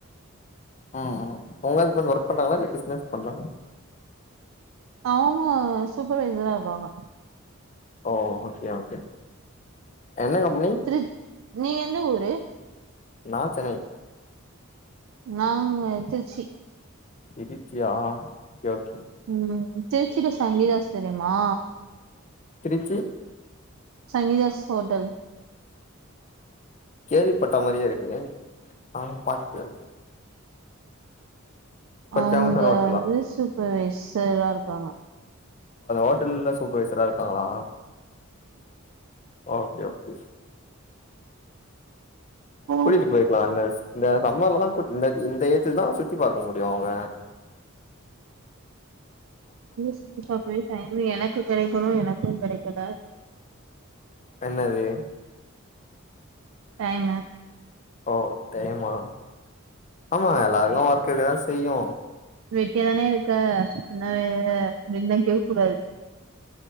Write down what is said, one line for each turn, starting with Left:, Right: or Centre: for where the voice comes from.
Left: உஹம் உங்க ஹஸ்பண்ட் ஒர்க் பண்றாங்களா இல்ல பிஸ்னஸ் பண்றாங்களா.
Right: அவங்க சூப்பர்வைசரா இருக்காங்க.
Left: ஓ ஓக்கே ஓக்கே என்ன கம்பெனி
Right: திரு நீங்க எந்த ஊரு
Left: நா சென்னை
Right: நான் திருச்சி
Left: திருச்சியா ஒக்கே ஓக்கே
Right: உம் திருச்சுட்டு சங்கீதாஸ் தெரியுமா
Left: திருச்சி
Right: சங்கீதாஸ் ஹோட்டல்
Left: கேள்விப்பட்ட மாரியே இருக்கு ஆனா பாத்ததுல்ல
Right: அவுங்கந்து
Left: ஃபேமஸான ஹோட்டலா
Right: சுத் சூப்பர் வைசரா இருக்காங்க
Left: ஓட்டல்ல சூப்பரவைசரா இருக் இருக்காங்களா ஓக்கே ஓக்கே
Right: ம்
Left: பூட்டிட்டு போய்ர்க்கலால்ல ஸ் இந்த சம்மர்லதான் இப்ப இந்த ஏஜ்ல தான் சுத்தி பாக்க முடியும் அவுங்க
Right: சுத்தி பாக்க டைம் எனக்கு கெடக்கணும் எனக்கும் கெடக்கலா
Left: என்னது
Right: டைமு
Left: ஓ டைமா ஆமா எல்லாருக்கும் பா இருக்கதான் செய்யும்
Right: வெட்டியாதான இருக்க <unintelligible> கேட்க கூடாது